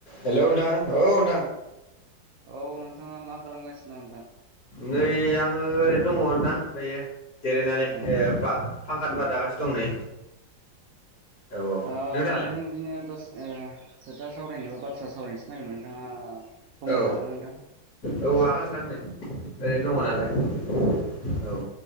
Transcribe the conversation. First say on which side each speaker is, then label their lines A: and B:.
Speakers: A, on the left (about 65°); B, on the right (about 70°).
A: Hello नोंथां औ नोंथां।
B: औ नोंथाङा मा खालामगासिनो दं नोंथां?
A: नै आङो ओरैनो दङ नोंथां दायो जिरायनानै
B: औ
A: ए बा फांकानि बार जागासिनो दं नै। औ औ
B: ओ
A: नोंथाङालाय
B: नोंथांजों बिदिनो दसे ओ खोथा सावरायनोबा बाथ्रा सावरायनोसै नागिरमोन नोंथाङा सम
A: औ
B: होनो हागोन ना नोंथां?
A: औ हागोन नोंथां नै ओरैनो दङ नालाय
B: औ
A: औ।